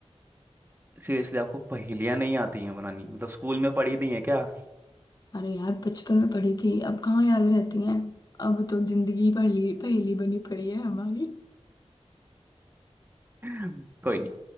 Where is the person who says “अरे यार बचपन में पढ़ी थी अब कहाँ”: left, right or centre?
Left